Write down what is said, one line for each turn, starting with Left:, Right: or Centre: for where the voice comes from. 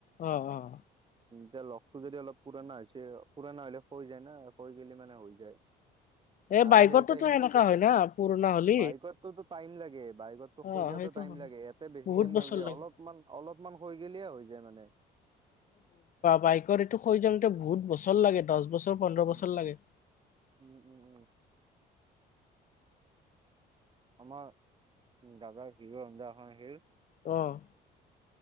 Left: অহ অহ
Right: এতিয়া লগটো যদি অলপ পুৰণা হৈছে পুৰণা হলে হৈ যায় না হৈ গিলে মানে হৈ যায়
Left: এই
Right: আৰু
Left: বাইকতোতো
Right: সেই চাই
Left: সেনেকা হয় না পুৰণা হলি
Right: বাইকৰতটো টাইম লাগে বাইকৰটো
Left: অ
Right: হৈ যাওঁতে
Left: সেইটো
Right: টাইম
Left: হয়
Right: লাগে লাগে ইয়াতে বেছি
Left: বহুত
Right: টাইম
Left: বছৰ
Right: নালাগে
Left: লাগে
Right: অলপমান অলপমান হৈ গেলিয়ে হৈ যায় মানে
Left: বাইকৰ এইটো খহি যাওঁতে বহুত বছৰ লাগে দহ বছৰ পোন্ধৰ
Right: উম
Left: বছৰ লাগে
Right: উম উম উম আমাৰ দাদা হিৰ হন্দা এখন আছিল
Left: অ'